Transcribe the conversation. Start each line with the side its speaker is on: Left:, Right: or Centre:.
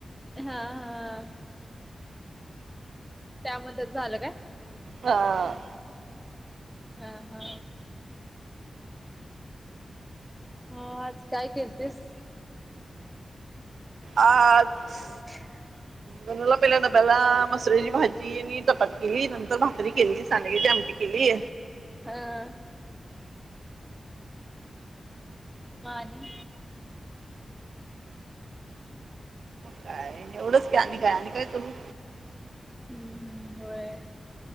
Centre: हा हा. त्यामध्ये झालं काय?
Right: हा.
Centre: हा हा. हा आज काय केलतीस.
Right: आज.
Centre: <inaudible>
Right: धनुला पहिला डब्याला मसुरा ची भाजी ती आणि चपाती केली नंतर भाकरी केली सांडगेची आमटी केली.
Centre: हा. म आणि.
Right: काय एवढंच की आणि काय आणि काय करू.
Centre: हम्म् होय,